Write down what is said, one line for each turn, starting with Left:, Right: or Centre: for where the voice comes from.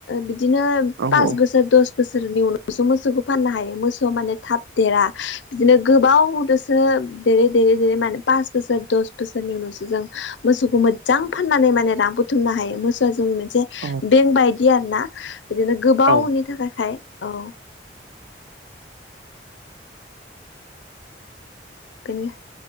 Left: बिदिनो
Right: औ
Left: पास बोसोर दस बोसोरनि उनावसो मोसौखौ फाननो हायो मोसौ माने थाब देरा बिदिनो गोबाव जोंङो देरै देरै माने पास बसोर दस बसारननि उनावसो जों मोसौखौ मोजां फाननानै माने रां बुथुमनो हायो। मोसौआ जों मोनसे
Right: औ
Left: बेंक बायदि आरो ना बिदिनो गोबावनि
Right: औ
Left: थाखायखाय औ बिनिनो